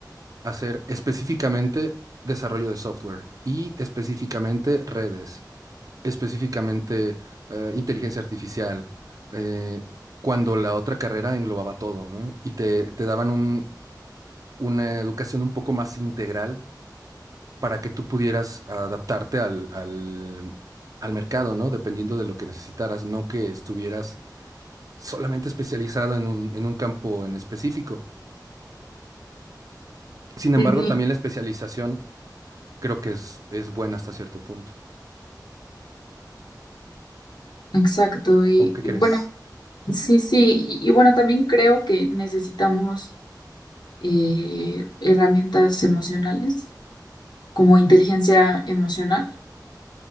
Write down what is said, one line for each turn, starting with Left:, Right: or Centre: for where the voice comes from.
Right: a ser específicamente desarrollo de software y específicamente redes, específicamente eh, inteligencia artificial, eh, cuando la otra carrera englobaba todo, ¿no? Y te, te daban un- una educación un poco más integral para que tú pudieras adaptarte al, al, al mercado, ¿no? Dependiendo de lo que necesitaras, no que estuvieras solamente especializado en un, en un campo en específico. Sin
Left: Sí,
Right: embargo,
Left: sí.
Right: también la especialización creo que es, es buena hasta cierto punto.
Left: Exacto, y,
Right: ¿O qué
Left: y
Right: crees?
Left: bueno, sí, sí, y, y bueno, también creo que necesitamos eh, herramientas emocionales, como inteligencia emocional